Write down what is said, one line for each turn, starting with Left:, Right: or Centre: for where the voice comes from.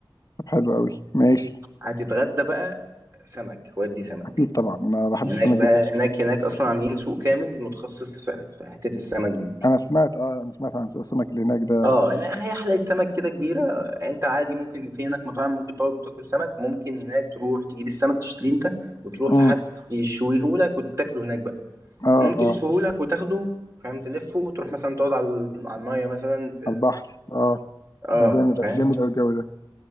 Left: طب حلو قوي ماشي
Right: هتتغدى بقى سمك ودي سمك
Left: اكيد طبعا انا بحب
Right: هناك
Left: السمك
Right: بقى
Left: جدا
Right: هناك هناك اصلا عاملين سوق كامل متخصص في في حته السمك دي
Left: انا سمعت اه انا سمعت عن سوق السمك اللي هناك ده
Right: اه هنا هي حلقة سمك كده كبيرة انت عادي ممكن في هناك مطاعم ممكن تقعد وتاكل سمك ممكن هناك تروح تجيب السمك تشتريه انت وتروح
Left: امم
Right: لحد يشويهولك وتاكله هناك بقى
Left: اه
Right: ممكن
Left: اه
Right: يشويهولك وتاخده فاهم تلفه وتروح مثلا تقعد على على المية مثلا ت...
Left: على البحر اه
Right: اه
Left: ده جامد
Right: فاهم
Left: جامد قوي الجو ده